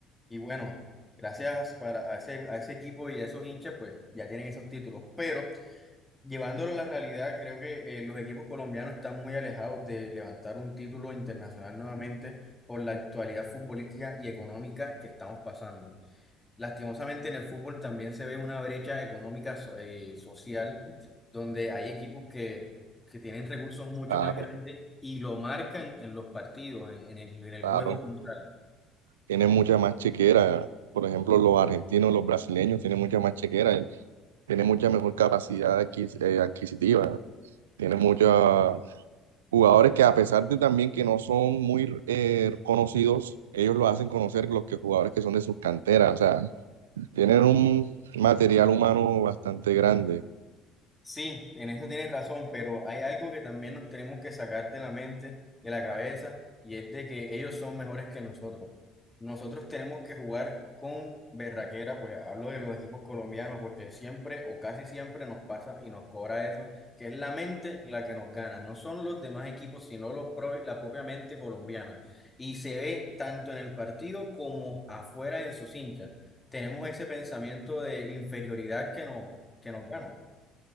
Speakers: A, on the left (about 15°); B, on the right (about 85°).
A: Y bueno, gracias para a ese, a ese equipo y a esos hinchas, pues ya tienen esos títulos, pero Llevándolo a la realidad, creo que eh, los equipos colombianos están muy alejados de levantar un título internacional nuevamente por la actualidad futbolística y económica que estamos pasando. Lastimosamente en el fútbol también se ve una brecha económica so- eh, social donde hay equipos que, que tienen recursos mucho
B: Claro,
A: más grandes y lo marcan en los partidos, en, en el, en el
B: claro.
A: juego como tal.
B: Tiene mucha más chequera, por ejemplo, los argentinos, los brasileños tienen mucha más chequera, tienen mucha mejor capacidad adquis- eh, adquisitiva, tienen mucha jugadores que a pesar de también que no son muy eh, conocidos, ellos lo hacen conocer los que jugadores que son de sus canteras, o sea, tienen un material humano bastante grande.
A: Sí, en eso tienes razón, pero hay algo que también nos tenemos que sacar de la mente, de la cabeza, y es de que ellos son mejores que nosotros. Nosotros tenemos que jugar con berraquera, pues hablo de los equipos colombianos, porque siempre o casi siempre nos pasa y nos cobra eso, que es la mente la que nos gana, no son los demás equipos, sino los pro- la propia mente colombiana. Y se ve tanto en el partido como afuera en sus hinchas. Tenemos ese pensamiento de inferioridad que nos, que nos gana.